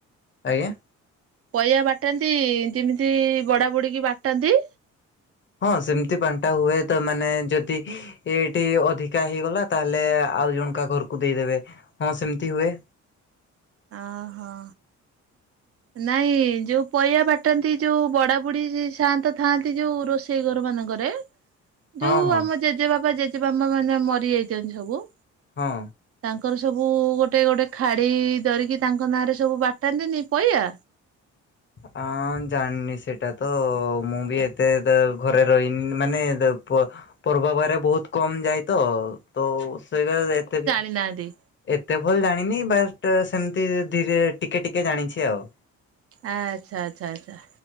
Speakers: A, on the left; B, on the right.
A: ଆଜ୍ଞା।
B: ପଇଆ ବାଟାନ୍ତି ଯେମିତି ବଡ଼ା ବୁଡ଼ିକି ବାଟାନ୍ତି?
A: ହଁ ସେମିତି ବାଣ୍ଟା ହୁଏ ତ ମାନେ ଯଦି ଏଇଟି ଅଧିକା ହେଇଗଲା ତାହେଲେ ଆଉ ଜଣକା ଘରକୁ ଦେଇଦେବେ ହଁ ସେମିତି ହୁଏ।
B: ଅହୋ। ନାଇଁ ଯୋଉ ପଇଆ ବାଟାନ୍ତି ଯୋଉ ବଡ଼ା ବୁଡ଼ି ସାଆନ୍ତ ଥାଆନ୍ତି ଯୋଉ ରୋଷେଇ ଘର ମାନଙ୍କରେ।
A: ହଁ
B: ଯୋଉ
A: ହଁ
B: ଆମ ଜେଜେବାବା ଜେଜେବାବା ମାନେ ମରି ଯାଇଛନ୍ତି ସବୁ।
A: ହଁ।
B: ତାଙ୍କର ସବୁ ଗୋଟେ ଗୋଟେ ଖାଡ଼ି ଧରିକି ତାଙ୍କ ନାଁରେ ସବୁ ବାଟାନ୍ତିନି ପଇଆ।
A: ହଁ ଜାଣିନି ସେଇଟା ତ ମୁଁ ବି ଏତେ ଦେ ଘରେ ରହିନି ମାନେ ଦେ ପ ପର୍ବବାରେ ବହୁତ କମ୍ ଯାଏ ତ ତ ସେଇଟା ଏତେ ବି
B: ନାଆଦୀ।
A: ଏତେ ଭଲ୍ ଜାଣିନି ବାଟ୍ ସେମତି ଧୀରେ ଟିକେ ଟିକେ ଜାଣିଛି ଆଉ।
B: ଆଚ୍ଛା ଚ୍ଛା ଛା।